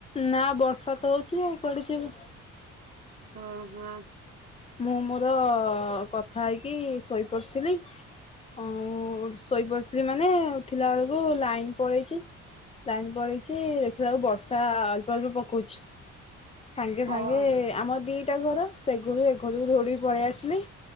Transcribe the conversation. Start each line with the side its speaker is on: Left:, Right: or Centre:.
Left: ନାଁ ବର୍ଷା ତ ହଉଚି ଆଉ କୁଆଡେ ଯିବି?
Right: ହଁ ହଁ।
Left: ମୁଁ ମୋର-ଅ କଥା ହେଇକି ଶୋଇପଡ଼ିଥିଲି। ଉଁ -ଉ ଶୋଇପଡ଼ିଥିଲି ମାନେ ଉଠିଲାଳକୁ ଲାଇନ ପଳେଇଚି ଲାଇନ୍ ପଳେଇଛି ଦେଖିଲାଳକୁ ବର୍ଷା ଅଳ୍ପ ଅଳ୍ପ ପକୋଉଛି। ସାଙ୍ଗେ ସାଙ୍ଗେ
Right: ଓହୋ।
Left: ଆମ ଦିଟା ଘର ସେଗୁରୁ ଏଗୁ ଘରୁକୁ ଧୋଉଡିକି ପଳେଇ ଆସିଲି